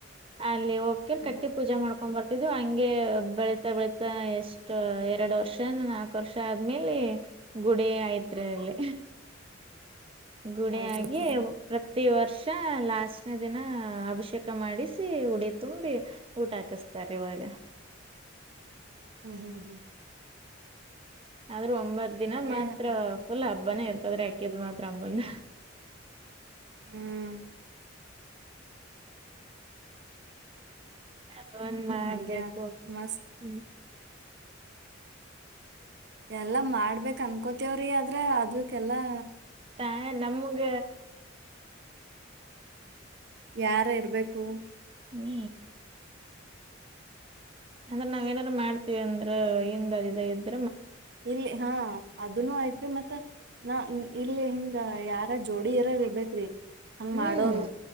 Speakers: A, on the right (about 30°); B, on the right (about 60°).
A: ಅಲ್ಲಿ ಹೋಗ್ತರ್
B: ಹ್ಮ್
A: ಕಟ್ಟಿ
B: ಹ್ಮ್
A: ಪೂಜೆ ಮಾಡ್ಕೊಂಡ್ ಬರ್ ಇದು ಹಂಗೆ ಬೆಳಿತಾ ಬೆಳಿತಾ ಎಷ್ಟು ಎರಡು ವರ್ಷನೊ ನಾಲ್ಕು ವರ್ಷ ಆದ್ಮೇಲೆ ಗುಡಿ ಆಯ್ತ್ ರಿ ಅಲ್ಲಿ. ಗುಡಿಯಾಗಿ
B: ಹೌದೇನ್ರಿ
A: ಪ್ರತಿ ವರ್ಷ್ ಲಾಸ್ಟ್ನೆ ದಿನ ಅಭಿಷೇಕ ಮಾಡಿಸಿ ಉಡಿ ತುಂಬಿ ಊಟ ಹಾಕಿಸ್ತಾರೆ ಇವಾಗ.
B: ಹ್ಮ್ ಹ್ಮ್ ಹ್ಮ್
A: ಆದ್ರೂ ಒಂಬತ್ ದಿನ
B: ಹಂಗೆ
A: ಮಾತ್ರ
B: ಆತ್
A: ಫುಲ್ ಹಬ್ಬ. ಹಬ್ಬನೇ ಇರ್ತದ್ರೆ ಅಕ್ಕಿದ್ ಮಾತ್ರ ಅಮ್ಮನ್
B: ಹ್ಮ್
A: ಅದೊಂದ್ ಮಾಡ್ಬೇಕು
B: ಹಂಗೆ ಆತ್
A: ಹ್ಮ.
B: ಮಸ್ತ್ ಎಲ್ಲಾ ಮಾಡ್ಬೇಕ್ ಅನ್ಕೋತೇವ್ರಿ ಆದ್ರ ಅದ್ವಿಕ್ಕೆಲ್ಲಾ
A: ತಾಯ ನಮಗ
B: ಯಾರ ಇರ್ಬೇಕು
A: ಹ್ಮ್ ಅಂದ್ರೆ ನಾವ್ ಏನಾರು ಮಾಡ್ತೀವಿ ಅಂದ್ರ ಹಿಂದ ಹರಿದೆಯಿದ್ದ್
B: ಇಲ್ಲಿ ಹಾ ಅದನೂ ಆಯ್ತ್ರಿ ಮತ್ತ ನಾ ಇಲ್ಲಿ ಹಿಂಗ ಯಾರ ಜೋಡಿ ಯಾರರ್ ಇರ್ಬೇಕ್ರಿ. ಹಂಗ
A: ಹ್ಮ್
B: ಮಾಡೋರು